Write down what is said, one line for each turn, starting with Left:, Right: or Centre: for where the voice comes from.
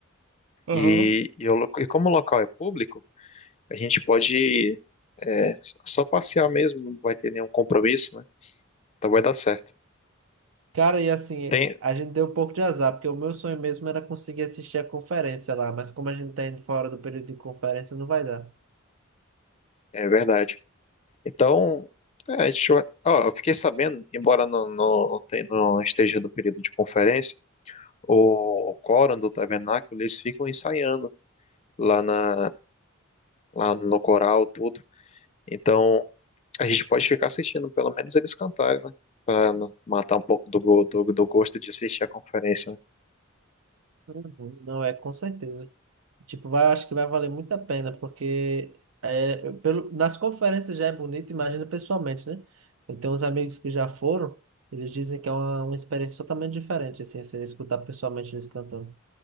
Right: Aham.
Left: E, e, o lo- e como o local é público, A gente pode é, só passear mesmo, não vai ter nenhum compromisso, né? Então vai dar certo.
Right: Cara, e assim,
Left: Tem,
Right: a gente deu um pouco de azar, porque o meu sonho mesmo era conseguir assistir a conferência lá, mas como a gente tá indo fora do período de conferência, não vai dar.
Left: é verdade. Então, é, a gente vai. Ó, eu fiquei sabendo, embora não, não, não tenha- não esteja no período de conferência, o quórum do tabernáculo, eles ficam ensaiando lá, na, lá no coral, tudo. Então, a gente pode ficar assistindo, pelo menos eles cantarem, né? Para matar um pouco do, go- do, do gosto de assistir a conferência, né?
Right: Uhum. Não, é com certeza. Tipo, vai, acho que vai valer muito a pena, porque é, eu- pelo, nas conferências já é bonito, imagina pessoalmente, né? Eu tenho uns amigos que já foram, eles dizem que é uma, uma experiência totalmente diferente, assim, você escutar pessoalmente eles cantando.